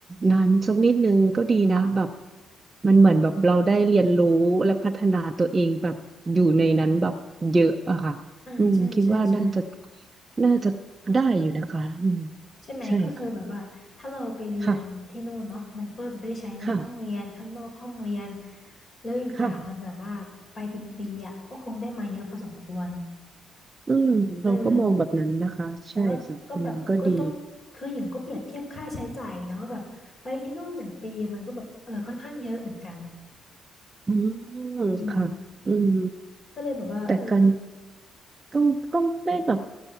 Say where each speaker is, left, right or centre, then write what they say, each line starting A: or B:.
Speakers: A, on the right; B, on the left.
A: นานสักนิดนึงก็ดีนะแบบมันเหมือนแบบเราได้เรียนรู้และพัฒนาตัวเองแบบอยู่ในนั้นแบบเยอะอะค่ะอืมคิดว่าน่าจะ
B: อ่าใช่ใช่ใช่
A: น่าจะได้อยู่นะคะอืม
B: ใช่ไหมก็คือแบบว่าถ้าเราไปเรียนที่นู่นเนาะมันก็จะได้ใช้ในห้องเรียนข้างนอกห้องเรียน
A: ใช่ค่ะค่ะค่ะ
B: แล้วอีกอย่างมันแบบว่าไปเป็นปีอ่ะก็คงได้มาเยอะพอสมควร
A: ค่ะอืมเราก็มองแบบนั้นนะคะใช่ค่ะอืมก็ดี
B: เออแต่ว่าก็แบบก็ต้องคือหญิงก็เปรียบเทียบค่าใช้จ่ายนะว่าแบบไปที่นู่นหนึ่งปีมันก็แบบเออค่อนข้างเยอะเหมือนกัน
A: อืม
B: อืม
A: ค่ะอืม
B: ก็เลยแบบว่าเออ
A: แต่กัก็ก็ไม่แบบ